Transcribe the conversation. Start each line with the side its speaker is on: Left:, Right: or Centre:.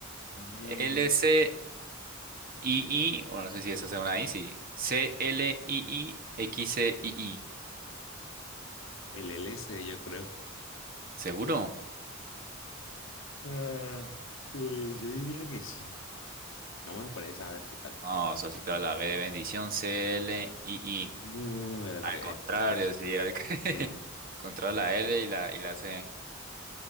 Left: No,
Right: L C
Left: socio.
Right: I I, bueno, no sé si eso sea una I, sí. C L I, I X C I I.
Left: El L S yo creo.
Right: ¿Seguro?
Left: Ah, pues yo diría que sí. Vámonos por esa, a ver qué tal.
Right: No, socito, la B de bendición, C L I I
Left: No, era al
Right: Al
Left: revés,
Right: contrario,
Left: güey, pucha.
Right: sí, era el <laughs> que-
Left: Sí.
Right: contra la L y la, y la C.